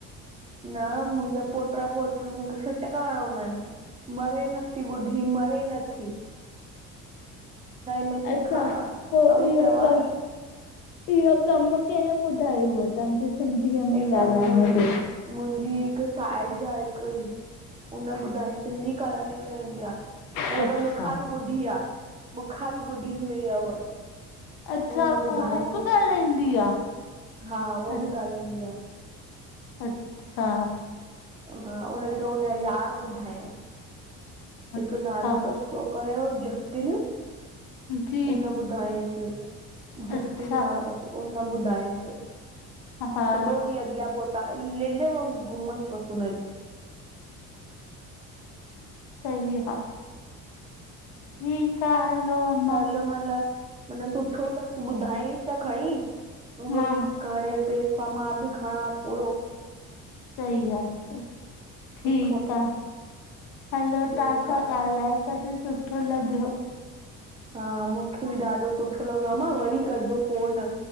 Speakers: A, on the right (about 20°); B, on the left (about 85°).
A: न मुंहिंजा पोटरा पोटिरियूं सटका हणंदा आहिनि। मरे नथी बुढी, मरे नथी। में सिखां
B: अच्छा, पोइ
A: ऐं
B: इहो
A: चवां
B: त इहो कमु कंहिं ॿुधायुव तव्हांखे सिंधीअ
A: हे
B: में
A: कम
B: ॻाल्हाइण
A: मुंहिंजी
B: जो?
A: मुंहिंजी हिकु साहेड़ी आ हिकड़ी, हुन ॿुधायईं सिंधी कालानी में रहंदी आ। उहा
B: अच्छा
A: त मूंखां बि ॿुढी आ, मूंखां बि ॿुढी थी वई आ उहा त।
B: अच्छा,
A: हुन ॿुधाई
B: पोइ हअ
A: मूंखे
B: बि गाल्हाईंदी आ?
A: हा, हूअ
B: अ
A: बि ॻाल्हाईंदी आ।
B: अच्छा
A: हा, हुनखे हुन जे यार ॿुधायस,
B: अच्छा
A: हिकु नालो तस छो उनयो जतिन,
B: जी
A: हुन ॿुधायस। जतिन
B: अच्छा
A: नालो तस, उन ॿुधायइंस,
B: हा
A: सॼो ॾींहं अॻियां पोहिता त लिल वांगुर घुमंदो तस हुनजेे
B: सही आ, ठीकु आ, हलो अम्मा
A: त म सुठो तस ॿुधाईस त खणी, उहो
B: हा
A: भई खणे पैसा मां बि खणा थोरो
B: सही आ, ठीकु
A: सुठो अथसि
B: आ, हलो
A: ठीकु
B: तव्हां छा
A: आहे
B: ॻाल्हाए अॼु सुठो लॻियो।
A: हा, मूंखे बि ॾाढो सुठो लॻो अम्मा, वरी कजो फोन।